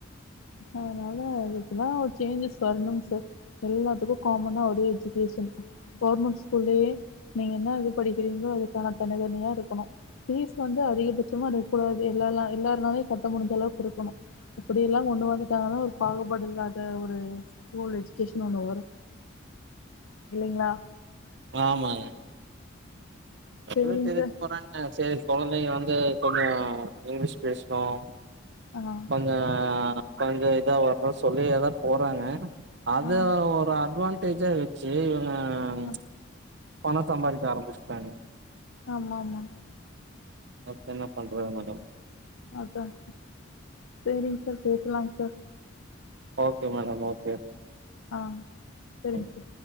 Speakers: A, on the left; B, on the right.
A: அதனால அதுக்கல்லாம் ஒரு சேஞ்சஸ் வரணுங்க சார் எல்லாத்துக்கும் காமனா ஒரு எஜுகேஷன் கவர்மெண்ட் ஸ்கூல்லயே நீங்க என்ன இது படிக்கிறீங்களோ அதுக்கான தனித்தனியா இருக்கணும் பீஸ் வந்து அதிகபட்சமா இருக்கூடாது எல்லரா எல்லாருனாலும் கட்ட முடிஞ்ச அளவுக்கு கொடுக்கணும் அப்படிய ல்லாம் கொண்டு வந்துட்டாங்கன்னா ஒரு பாகுபாடு இல்லாத ஒரு ஸ்கூல் எஜகேஷன் ஒண்ணு வரும் இல்லலைங்களா
B: ஆமாங்க <inaudible>
A: சேரிங்க சார்
B: போறங்க சரி குழந்தைங்க வந்து கொஞ்சம் இங்கிலீஷ் பேசினோ அப்பங்க
A: ஆ
B: கொஞ்சம் இதா வரணும் சொல்லி அதான் போறாங்க அது
A: ஆ
B: ஒரு அட்வான் டேஜா வச்சு ஆஹ்
A: ஆ
B: பண சம்பதிக்க ஆரம்பிச்சிட்டாங்க
A: ஆமா ஆமா
B: அப்ப என்ன பண்றது மேடம்
A: அதான் சார் சரிங்க சார் பேசலாங்க சார்
B: ஓகே மேடம் ஓகே
A: ஆ சேரிங்க
B: ம்
A: சார்